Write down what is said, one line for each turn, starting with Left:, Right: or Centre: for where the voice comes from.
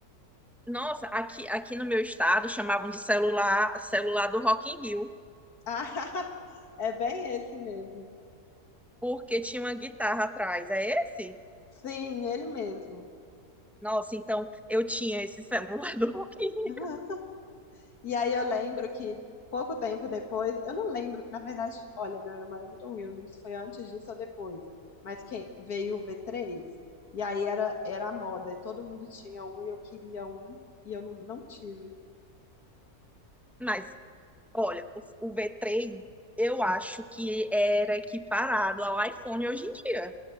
Centre: Nossa, aqui, aqui no meu estado chamavam de celular, celular do Rock in Rio,
Left: Ah, é bem esse mesmo.
Centre: porque tinha uma guitarra atrás. É esse?
Left: Sim, ele mesmo.
Centre: Nossa, então eu tinha esse celular do Rock in Rio.
Left: <laughs> E aí eu lembro que pouco tempo depois, eu não lembro, na verdade, olha, minha memória é muito ruim, eu não lembro se foi antes disso ou depois, mas que veio o v três e aí era, era a moda, e todo mundo tinha um, e eu queria um, e eu não, não tive.
Centre: Mas, olha, o, o v três eu acho que era equiparado ao iPhone hoje em dia.